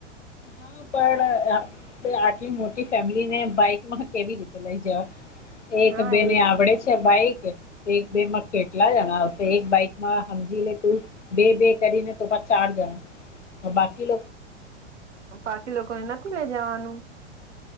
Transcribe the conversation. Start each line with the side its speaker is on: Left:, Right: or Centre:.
Left: હા પણ આટલી મોટી ફેમિલી ને બાઈક માં કેવી રીતે લઈ જાવ એક
Right: હા
Left: બેને
Right: એજ
Left: આવડે છે બાઈક બેમાં કેટલા જણા આવશે એક બાઈકમાં સમજી લે તું બે બે કરીને તો પા ચાર જણ બાકી
Right: બાકી લોકોને નથી લઈ જવાનું